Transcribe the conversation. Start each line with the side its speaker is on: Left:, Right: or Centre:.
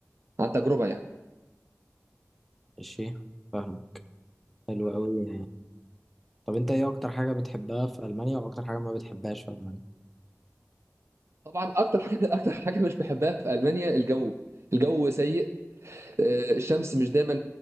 Right: عن تجربة يعني
Centre: ماشي فاهمك حلو أوي طب أنت إيه أكتر حاجة بتحبها في ألمانيا وأكتر حاجة ما بتحبهاش في ألمانيا؟
Right: طبعا أكتر حاجة <laughs> أكتر حاجة مش بحبها في ألمانيا الجو الجو سيء آه، الشمس مش دايما